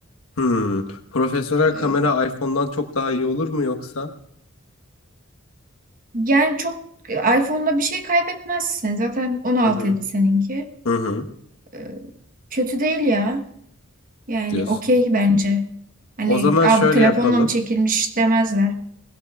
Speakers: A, on the left (about 85°); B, on the right (about 40°).
A: Hmm. Profesyonel
B: Ee,
A: kamera iPhone'dan çok daha iyi olur mu yoksa?
B: Yani çok e, iPhone'da bir şey kaybetmezsin. Zaten 16
A: Hı hı.
B: idi seninki.
A: Hı hı.
B: Ee, Kötü değil ya. Yani
A: Diyorsun.
B: okey bence. Hani
A: O zaman
B: Aa,
A: şöyle
B: bu telefonla
A: yapalım.
B: mı çekilmiş demezler.